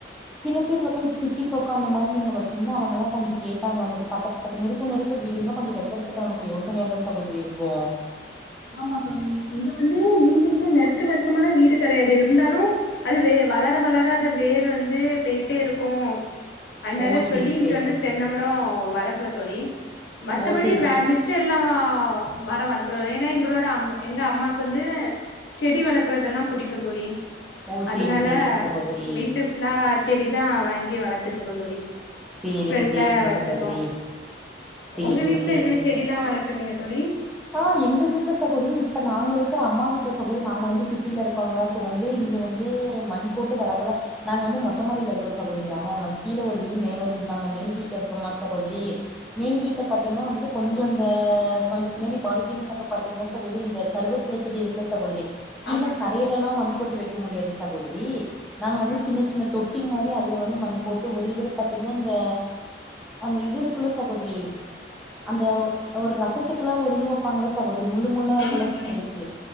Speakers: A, in the centre; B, on the left.
A: சில பேர் மக்களுக்கு சிட்டி ந்த உக்காந்த மாரி நீங்க வெச்சிங்ன்ன அவுங்கல்லா கொஞ்சோ கோப்பாங்க வந்துட்டு பக்கத்து பக்கத் நெருக்க நெருக்க வீடு இருந்த கொஞ்சோ வெக்கறதுக்கு நமக்கு யோச யோசனையா தா சகோதரி இருக்கோ
B: ஆமா தோழி இங்க வந்து வீட்டுகிட்ட நெருக்க நெருக்கமலா வீடு கெடையாது இருந்தாலு அது வே வளர வளர அது வேரு வந்து போயிட்டே இருக்கோ அதனால
A: ஓ சேரி
B: சொல்லி இங்க
A: சேரிங்க
B: வந்து
A: ஸ்
B: தென்ன மர வள வெக்கல தோழி மத்தபடி
A: ஓ சேரி
B: வே
A: ஸ்
B: மிச்ச எல்லா மர வளக்குறோ ஏன்னா எங்களோட அம் எங்க அம்மாக்கு வந்து செடி வளர்க்குறதெல்லா புடிக்கு தோழி
A: ஓ
B: அதனால
A: சேரி சேரிங்க சகோதரி
B: வீட்டு ஃபுல்லா செடிதா வாங்கி வளர்த் <unintelligible> தோழி
A: சேரிங்க
B: ஃப்ரன்ட்ல
A: சேரிங்க
B: வச்சிருக்கோ
A: சகோதரி சேரிங்க
B: உங்க வீட்டுல
A: சேரி
B: என்ன செடில்லா வளக்குறீங்க தோழி
A: ஆ எங்க வீட்டுல சகோதரி இப்ப நாங்க இருக்கிற அம்மா வீட்டு்ல சகோதரி நாங்க வந்து சிட்டில இருக்கோங்களா ஸோ வந்து இங்க வந்து மண் போட்டு வளக்கல நாங்க வந்து மொட்ட மாடியில இருக்கோ சகோதரி நாங்க கீழே ஒரு வீடு மேல ஒரு வீடு நாங்க மேல் வீட்டுல இருக்கோமா சகோதரி மேல் வீட்ல பாத்தீங்கன்னா வந்துட்டு கொஞ்சோ அந்த கொஞ்சோ பின்னடி பால்கனி பக்க பாத்திங்கன்னா சகோதரி இந்த கருவப்புல செடி இருக்குல சகோதரி கீழும்
B: ஆமா தோழி
A: தரையில்லால மண் கொட்டி வை முடியாது சகோதரி நாங்க வந்து
B: ஆ
A: சின்ன சின்ன தொட் டி மாரி அதுல வந்து மண் போட்டு ஒரு இதுல பாத்தீங்கன்னா இந்த அந்த இது இருக்குல சகோதரி அந்த ஒரு ரசத்துக் துல்ல ஒரு இது வப்பாங்கள சகோதரி இது முள்ளு முள்ளா இருக்குல
B: ஆமா தோழி
A: சகோதரி